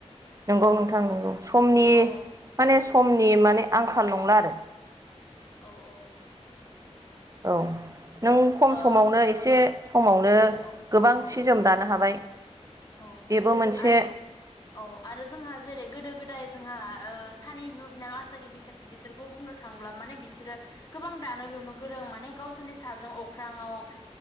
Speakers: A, on the right; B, on the left.
A: नोंगौ नोंथां नोंगौ समनि
B: अ
A: माने समनि माने आंखाल नंला आरो।
B: औ औ औ
A: औ नों खम
B: औ
A: समावनो एसे खमावनो
B: ओ औ
A: गोबां
B: औ
A: सि जोम दानो हाबाय।
B: औ
A: बेबो मोनसे
B: आरो औ आरो जोंहा जेरै गोदो गोदाय जोंहा ओ सानै बिब' बिनानाव आसागि बैसागि बिसोरखौ बुंनो थांब्ला माने बिसोरो गोबां दानो लुनो गोरों माने गावसोरनि साजों अख्राङाव